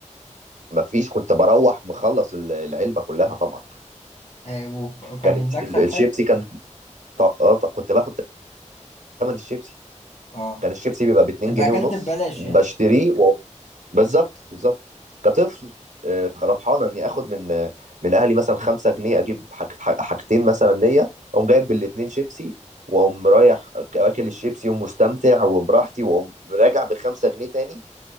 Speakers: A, on the right (about 85°); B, on the left (about 55°).
A: مفيش كنت بروح مخلص ال- العلبه كلها طبعا
B: آه، وك- وكان
A: كانت
B: المكسب
A: ال- الشيبسي
B: حلو
A: كان ط- آه، ط- كنت باخد ثمن الشيبسي
B: اه
A: كان الشيبسي بيبقى ب 2
B: تبقى
A: جنيه
B: اكلت
A: ونص
B: ببلاش
A: بشتريه
B: يعني
A: بالظبط بالظبط كطفل آه، ربحانه اني اخد من آه، من اهلي مثلا خمسة جنيه اجيب حك... ح- حاجتين مثلا ليا اقوم جايب بالاتنين شيبسي واقوم رايح اكل الشيبسي ومستمتع وبراحتي واقوم راجع بخمسة جنيه تاني